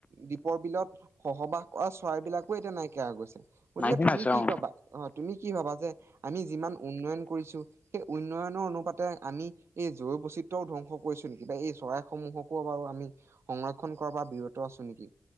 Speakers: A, on the right; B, on the left.
A: দ্বীপৰ বিলত বসবাস কৰা চৰাইবলাকো এতিয়া নাইকিয়া গৈছে, গতিকে
B: নাইকিয়া
A: তুমি
B: হৈছে
A: কি
B: অ'।
A: কবা অ তুমি কি ভাবা যে আমি যিমান উন্নয়ন কৰিছো সেই উন্নয়নৰ অনুপাতে আমি এই জৈৱ বৈচিত্ৰয়ও ধ্বংস কৰিছো নেকি বা এই চৰাইসমূহকো আমি সংৰক্ষণ কৰা পাৰা বিৰত আছো নেকি?